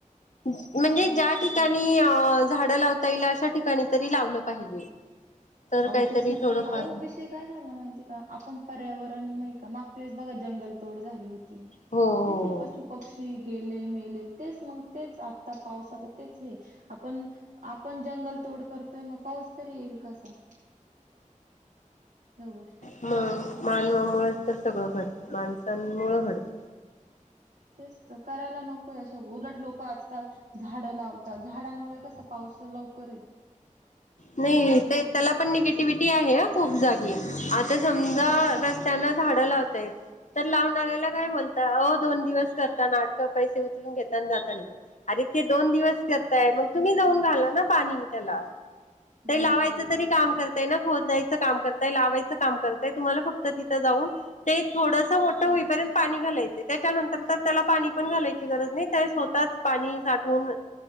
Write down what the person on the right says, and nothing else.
हं.
हो
तेच ना
अह विषय काय झाला माहिती का आपण पर्यावरण मा का माग बघा जंगल तोड झाली होती
क पशु पक्षी गेले मेले तेच मग तेच आता पावसाच तेच हे आपण आपण जंगल तोड करतोय मग पाऊस तरी येईल कासा गोष्टी.
तेच तर करायला नको अशा उलट लोक आजकाल झाडं लावतात झाडांमुळे कसं पावस लवकर येत
हो
बरोबर
आहे बरोबर